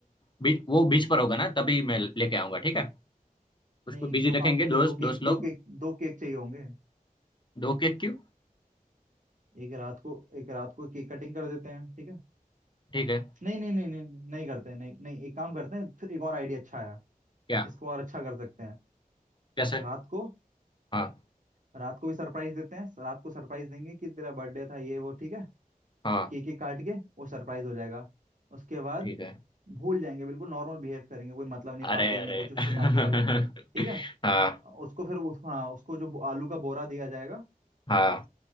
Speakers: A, on the left (about 30°); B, on the right (about 60°).
A: बी, वो बीच पर होगा ना तभी मैं लेके आऊंगा ठीक है
B: नहीं
A: उसको
B: एक
A: बिजी
B: दो काम
A: रखेंगे
B: फिर
A: दोस्त
B: दो केक
A: दोस्त
B: दो
A: लोग
B: केक दो केक चाहिए होंगे
A: दो केक क्यों
B: एक रात को एक रात को केक कटिंग कर देते हैं ठीक है
A: ठीक है
B: नहीं नहीं नहीं नहीं नहीं नहीं करते हैं नहीं नहीं एक काम करते हैं फिर एक और आइडिया अच्छा आया
A: क्या
B: इसको और अच्छा कर सकते हैं
A: कैसे
B: रात को
A: हाँ
B: रात को भी सरप्राइज देते हैं रात को सरप्राइज देंगे कि तेरा बर्थडे था ये वो ठीक है
A: हाँ
B: केक ही काट के वो सरप्राइज हो जाएगा उसके बाद
A: ठीक है
B: भूल जाएंगे बिल्कुल नॉर्मल बिहेव करेंगे कोई मतलब नहीं
A: अरे
B: पार्टी
A: अरे
B: नहीं कुछ
A: <laughs>
B: उसको पार्टी वाला ठीक है
A: हाँ
B: उसको फिर उस हाँ उसको जो आलू का बोरा दिया जाएगा
A: हाँ